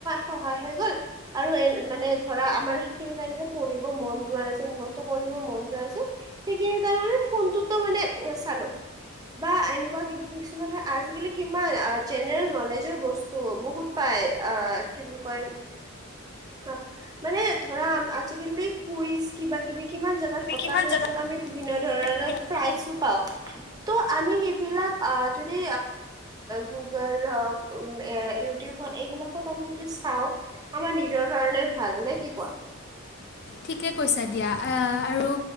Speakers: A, on the right; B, on the left.
A: সহায় হৈ গ'ল। আৰু এ মানে ধৰা আমাৰ সেইখিনি টাইম যে পঢ়িব মন যোৱা নাছিল মুখস্থ কৰিব মন যোৱা নাছিল। সেইখিনি তাৰ মানে ফোনটোতো মানে চালো। বা এনেকুৱা কিছুমান হয় আজিকালি কিমান জেনেৰেল নলেজৰ বস্তু বহুত পায়। আহ কি বুলি কয়। অ মানে ধৰা আজিকালি কুইজ, কিবা কিবি কিমান জেগাত পতা
B: কিমান
A: হয়
B: জেগাত
A: যত আমি বিভিন্ন ধৰণৰ
B: বিভিন্ন
A: প্ৰাইজো পাওঁ। ত' আমি সেইবিলাক যদি গুগল হওক এ ইউটিউব। এইবিলাকত আমি যদি চাওঁ আমাৰ নিজৰ কাৰণে ভাল নে কি কোৱা।
B: ঠিকে কৈছা দিয়া আহ আৰু